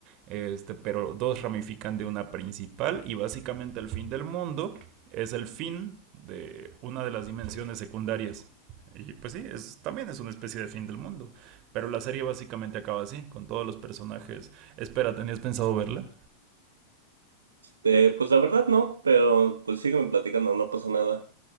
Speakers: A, on the right (about 40°); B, on the right (about 70°).
A: este, pero dos ramifican de una principal y básicamente el fin del mundo es el fin de una de las dimensiones secundarias. Y pues sí, es, también es una especie de fin del mundo. Pero la serie básicamente acaba así, con todos los personajes Espera, ¿tenías pensado verla?
B: Eh, pues la verdad no, pero pues sígueme platicando, no pasa nada.